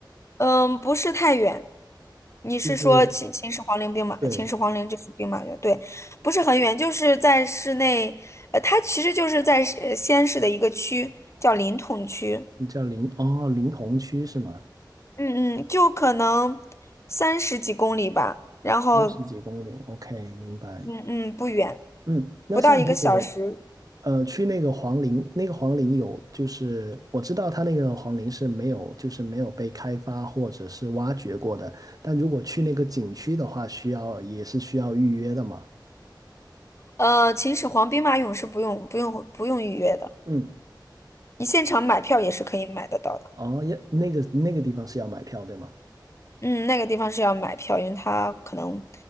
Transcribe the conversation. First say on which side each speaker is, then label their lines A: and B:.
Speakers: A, on the left; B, on the right.
A: 嗯，不是太远。你是说秦秦始皇陵兵马，
B: 就是对，
A: 秦始皇陵就是兵马俑，对，不是很远，就是在市内，呃，它其实就是在市呃西安市的一个区，叫临潼区，
B: 叫临哦，临潼区是吗？
A: 嗯嗯，就可能三十几公里吧，然后
B: 三十几公里，OK，明白。
A: 嗯嗯不远，
B: 嗯，那像如果
A: 不到一个小时。
B: 呃去那个黄陵，那个黄陵有就是我知道它那个黄陵是没有就是没有被开发或者是挖掘过的，但如果去那个景区的话，需要也是需要预约的嘛。
A: 呃，秦始皇兵马俑是不用不用不用预约的，
B: 嗯，
A: 你现场买票也是可以买得到的。
B: 哦，要那个那个地方是要买票对吗？
A: 嗯，那个地方是要买票，因为它可能